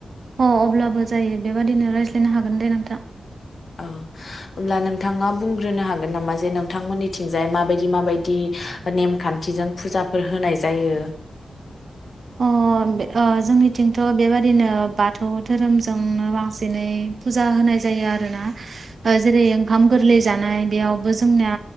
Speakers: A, on the right; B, on the left.
A: अ अब्लाबो जायो बेबादिनो रायज्ला नो हागोन दे नोंथां।
B: औ होमब्ला नोंथाङा बुंग्रोनो हागोन नामा जे नोंथांमोननिथिंजाय माबायदि माबायदि नेमखान्थिजों फुजाफोर होनाय जायो।
A: अ बे अ जोंनिथिंथ' बेबादिनो बाथौ धोरोमजोंनो बांसिनै फुजा होनाय जायो आरोना जेरै ओंखाम गोरलै जानाय बेयावबो जोंनिया